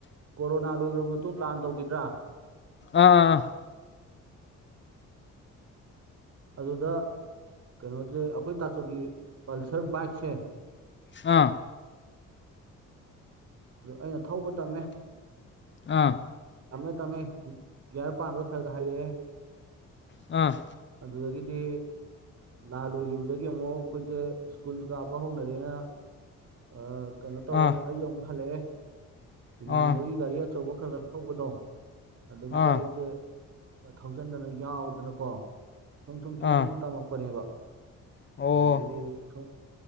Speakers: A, on the right; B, on the left.
A: ꯀꯣꯔꯣꯅꯥ ꯂꯣꯏꯒ꯭ꯔꯕ ꯃꯇꯨꯡ ꯂꯥꯟ ꯇꯧꯒꯤꯗ꯭ꯔꯥ
B: ꯑꯥ ꯑ ꯑ
A: ꯑꯗꯨꯗ ꯀꯩꯅꯣꯁꯦ ꯑꯩꯈꯣꯏ ꯇꯥꯆꯧꯒꯤ ꯄꯜꯁꯔ ꯕꯥꯏꯛꯁꯦ
B: ꯑꯥ
A: ꯑꯗꯨ ꯑꯩꯅ ꯊꯧꯕ ꯇꯝꯃꯦ
B: ꯑꯥ
A: ꯇꯝꯃꯦ ꯇꯝꯃꯦ ꯒ꯭ꯌꯥꯔ ꯄꯥꯟꯕ ꯈꯔꯒ ꯍꯩꯔꯦ
B: ꯑꯥ
A: ꯑꯗꯨꯗꯒꯤꯗꯤ ꯂꯥꯜ ꯂꯣꯏꯒꯤꯕꯗꯒꯤ ꯑꯃꯨꯛ ꯑꯩꯈꯣꯏꯖꯦ ꯁ꯭ꯀꯨꯜ ꯀꯥꯕ ꯍꯧꯅꯔꯦꯅ ꯑ ꯀꯩꯅꯣ ꯇꯧꯔꯦ
B: ꯑꯥ
A: ꯑꯩꯁꯨ ꯑꯃꯨꯛ ꯍꯜꯂꯛꯑꯦ ꯏꯃꯥꯟꯅꯕꯒꯤ
B: ꯑꯥ
A: ꯒꯥꯔꯤ ꯑꯆꯧꯕ ꯈꯔꯒ ꯊꯧꯕꯗꯣ ꯑꯗꯒꯤꯗꯤ
B: ꯑꯥ
A: ꯑꯩꯖꯦ ꯊꯧꯖꯤꯟꯗꯅ ꯌꯥꯎꯗꯅꯀꯣ ꯁꯨꯝ ꯊꯨꯝ ꯊꯨꯝ
B: ꯑꯥ
A: ꯁꯨꯝ ꯇꯝꯃꯛꯄꯅꯦꯕ
B: ꯑꯣ
A: ꯑꯗꯒꯤꯗꯤ ꯁꯨꯝ